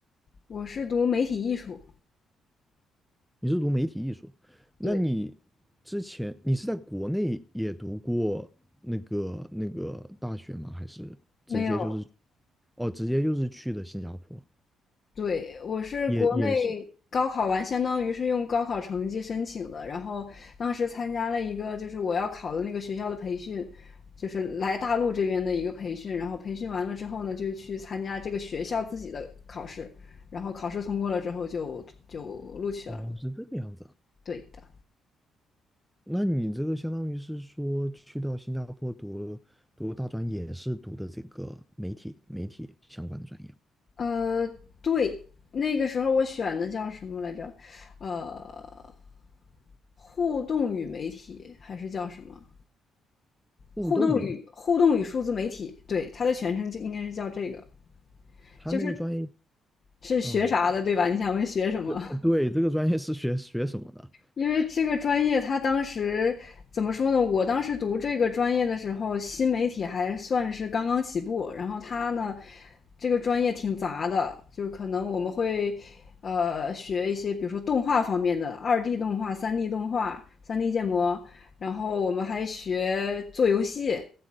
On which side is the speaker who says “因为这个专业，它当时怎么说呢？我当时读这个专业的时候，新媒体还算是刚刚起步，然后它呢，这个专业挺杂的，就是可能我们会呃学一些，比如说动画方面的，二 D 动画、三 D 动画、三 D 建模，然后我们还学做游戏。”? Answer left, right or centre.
Left